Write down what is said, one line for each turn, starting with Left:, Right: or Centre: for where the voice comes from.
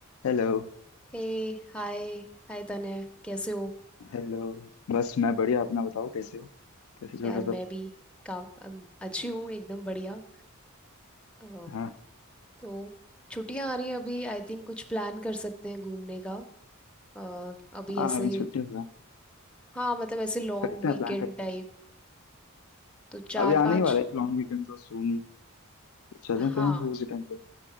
Left: Hello
Centre: हे hi hi तने कैसे हो
Left: Hello बस मैं बढ़िया अपना बताओ कैसे हो कैसे चल
Centre: यार
Left: रहा
Centre: मैं
Left: सब
Centre: भी का अम, अच्छी हूँ एकदम बढ़िया अ,
Left: हाँ
Centre: तो छुट्टियां आ रही हैं अभी आई थिंक कुछ प्लान कर सकते हैं घूमने का अ, अभी
Left: हाँ
Centre: ऐसे
Left: अभी छुट्टी हुआ
Centre: हाँ मतलब ऐसे लॉन्ग
Left: करते
Centre: वीकेंड
Left: हैं प्लान करते
Centre: टाइप
Left: हैं
Centre: तो चार
Left: अभी आने
Centre: पाँच
Left: ही वाला है लॉन्ग वीकेंड तो सुन चले
Centre: हाँ
Left: थे हम फिर उसी टाइम पे